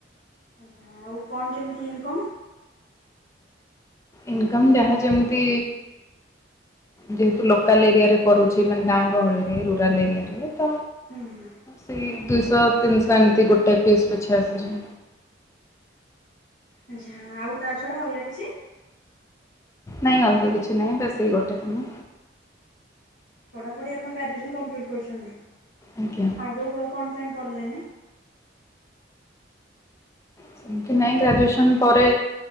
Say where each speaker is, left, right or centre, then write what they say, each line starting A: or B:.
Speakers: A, on the left; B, on the left.
A: ଆଛା ଆଉ କଣ କେମିତି ଇନ୍ କମ୍।
B: ଇନକମ୍ ଯାହା ଯେମିତି ଯେହେତୁ ଲୋକାଲ ଏରିଆ ରେ କରୁଛି ମାନେ ଗାଁ ଗହଳିରେ ରୁରାଲ୍ ଏରିଆରେ ତ
A: ହୁଁ ହୁଁ।
B: ସେଇ ଦୁଇଶହ ତିନିଶହ ଏମିତି ଗୋଟେ ପିସ୍ ପିଛା ଆସୁଛି।
A: ଆ ଆଉ ତା ଛଡା ଅଲଗା କିଛି?
B: ନାଇଁ ଅଲଗା କିଛି ନାହିଁ ବାସ୍ ଏଇ ଗୋଟେ କାମ।
A: ପଢାପଢି ଆପଣ ଗ୍ରାଜୁଏସନ୍ କପିଲିଟ କରିଛନ୍ତି
B: ଆଜ୍ଞା
A: ଆଗ କ କଣ ପାଇଁ କଲେନି। <inaudible>
B: ସେମିତି ନାଇଁ ଗ୍ରାଜୁଏସନ୍ ପରେ